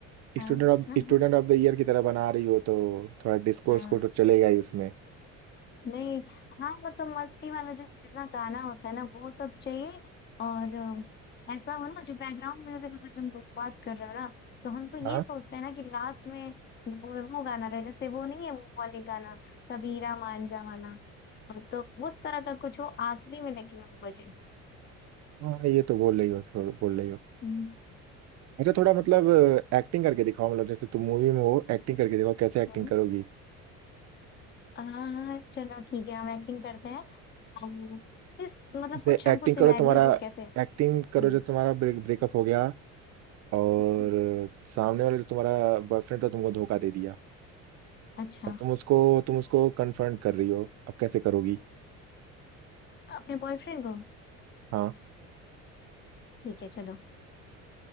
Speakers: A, on the left; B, on the right.
A: हाँ
B: student of
A: <laughs> हाँ
B: student of the year की तरह बना रही हो तो थोड़ा डिस्कोर्स
A: हाँ
B: को तो चलेगा ही उसमें
A: नहीं हाँ मतलब मस्ती वाला जो जितना गाना होता है ना वो सब चाहिए और अम, ऐसा हो ना जो बैकग्राउंड म्यूजिक अगर तुम लोग बात कर रहे हो ना तो हम तो
B: हाँ
A: ये सोचते हैं ना कि लास्ट में वो वो गाना रहे जैसे वो नहीं है वो वाले गाना कबीरा मांझा वाला तो उस तरह का कुछ हो आखिरी में लेकिन वो बजे
B: हाँ ये तो बोल रही हो थोड़ा बोल रही हो
A: हम्म
B: अच्छा थोड़ा मतलब एक्टिंग करके दिखाओ मतलब जैसे तुम मूवी में हो एक्टिंग करके दिखाओ कैसे एक्टिंग
A: हम्म।
B: करोगी
A: हाँ हाँ चलो ठीक है हम एक्टिंग करते हैं अम, किस मतलब
B: ऐसे
A: कुछ हमको
B: एक्टिंग
A: सिनेरियो
B: करो तुम्हारा
A: दो कैसे
B: एक्टिंग
A: हम्म
B: करो जो तुम्हारा ब्रेक ब्रेकअप हो गया और
A: हम्म,
B: सामने वाले जो तुम्हारा बॉयफ्रेंड था तुमको धोखा दे दिया
A: अच्छा
B: अब तुम उसको तुम उसको कन्फ्रंट कर रही हो अब कैसे करोगी
A: अपने बॉयफ्रेंड को
B: हाँ
A: ठीक है चलो